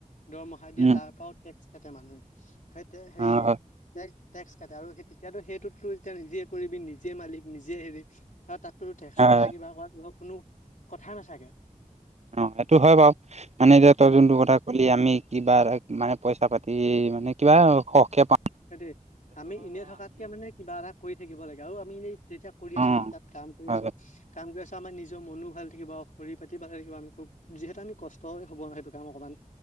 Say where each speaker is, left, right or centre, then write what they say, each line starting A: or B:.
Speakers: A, on the left; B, on the right.
A: দৰমহা দিয়ে
B: উম
A: তাৰ পৰাও টেক্স খেতে মানুহে সেই হেৰি
B: অ হয় হয়
A: ট্যাক্স আৰু সেই তেতিয়াতো সেইটোতো তেতিয়া নিজে কৰিবি নিজে মালিক নিজে হেৰি তাততো ট্যাক্স
B: হয়
A: কতা কিবা কৰা কিবা কোনো কথা নাথাকে।
B: অ' সেইটো হয় বাৰু মানে এতিয়া
A: উম
B: তই যোনটো কথা কলি আমি কিবা এ মানে পইচা পাতি মানে কিবা সৰহকে পায়
A: সেইতোয়ে আমি এনে থকাতকে মানে কিবা এটা কৰি থাকিব লাগে আৰু আমি এনে যেতিয়া কৰি
B: অ হয়
A: আছো আমি তাত কা কাম কৰি আছো,
B: হয়
A: কাম কৰি আছো আমাৰ নিজৰ মনো ভাল থাকিব সৰিৰ পাতি ভাল থাকিব আমি খুব যিহেতু আমি কষ্টই হ'ব সেইটো টাইম অকণমান।